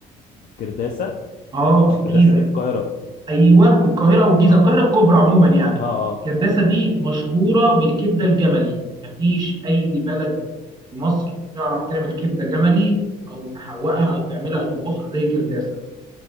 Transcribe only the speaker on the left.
كرداسة
مش
كرداسة
دي في القاهرة
اه
في الجيزة
اه اه